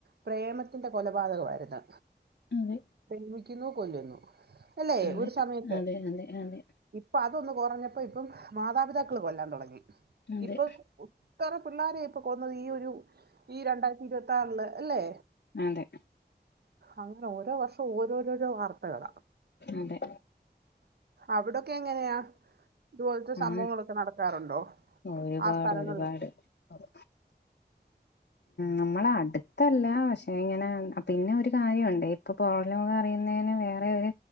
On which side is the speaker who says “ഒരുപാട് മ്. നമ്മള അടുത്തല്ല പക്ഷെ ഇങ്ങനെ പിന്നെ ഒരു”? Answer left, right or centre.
Left